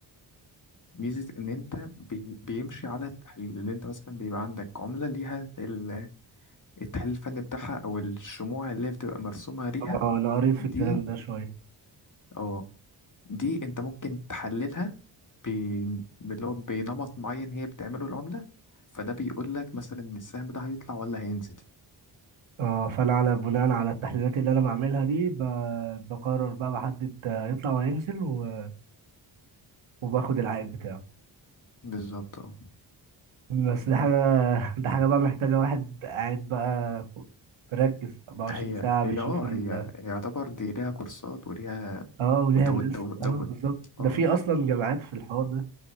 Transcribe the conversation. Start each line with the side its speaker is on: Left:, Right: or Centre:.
Left: ميزة إن أنت بي- بيمشي على التحليل إن أنت مثلا بيبقى عندك عملة ليها ال- التحليل الفني بتاعها أو الشموع اللي هي بتبقى مرسومة ليها
Right: اه انا قريت في
Left: دي
Right: الكلام ده شويه
Left: اه دي أنت ممكن تحللها ب- باللي هو بنمط معين هي بتعمله العملة فده بيقول لك مثلا إن السهم ده هيطلع ولا هينزل
Right: اه فانا على بناء على التحليلات اللي انا بعملها دي ب- بقرر بقى بحدد هيطلع وهينزل و- وباخد العائد بتاعه
Left: بالظبط اه
Right: بس دي حاجه <laughs> دي حاجه بقى محتاجه واحد قاعد بقى مركز 24
Left: هي
Right: ساعه
Left: هي
Right: بيشوف
Left: اه
Right: ال
Left: هي هي يعتبر دي ليها كورسات وليها
Right: اه وليها
Left: ودو
Right: ناس
Left: دو دو
Right: اه بالظبط ده
Left: اه
Right: في اصلا جامعات في الحوار ده